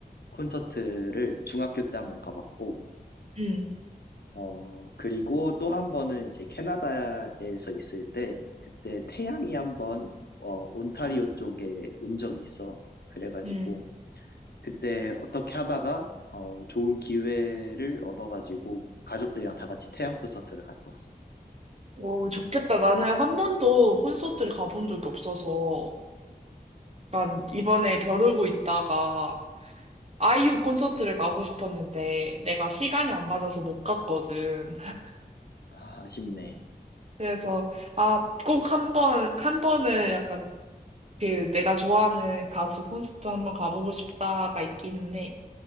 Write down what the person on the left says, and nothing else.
콘서트를 중학교 때 한번 가봤고,
어, 그리고 또 한 번은 이제 캐나다에서 있을 때, 그때 태양이 한 번, 어, 온타리오 쪽에 온 적이 있어. 그래가지고,
그때 어떻게 하다가 어, 좋은 기회를 얻어가지고 가족들이랑 다 같이 태양 콘서트를 갔었어.
아, 아쉽네.